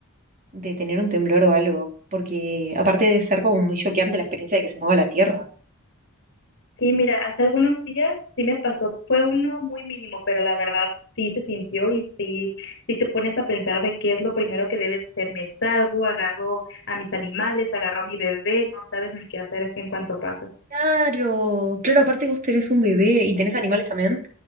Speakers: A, on the right (about 40°); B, on the left (about 60°).
A: de tener un temblor o algo, porque aparte de ser como muy choqueante la experiencia de que se mueva la tierra.
B: Sí, mira, hace algunos días sí me pasó, fue uno muy mínimo, pero la verdad sí se sintió y sí, sí te pones a pensar de qué es lo primero que debes hacer. Me salgo, agarro a mis animales, agarro a mi bebé, no sabes ni qué hacer en cuanto pasa.
A: Claro, claro, aparte vos tenés un bebé y tenés animales también.